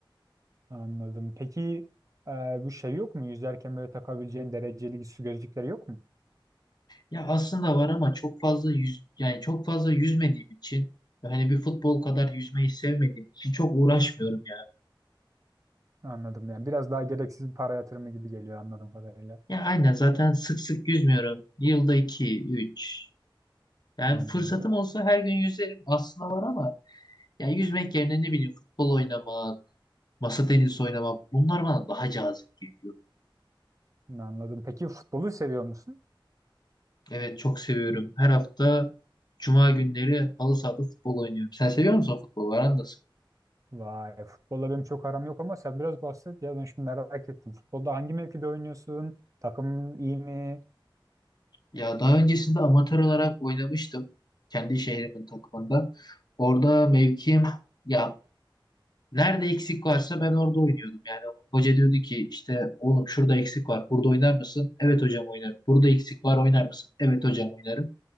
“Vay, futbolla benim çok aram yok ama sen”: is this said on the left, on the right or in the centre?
Right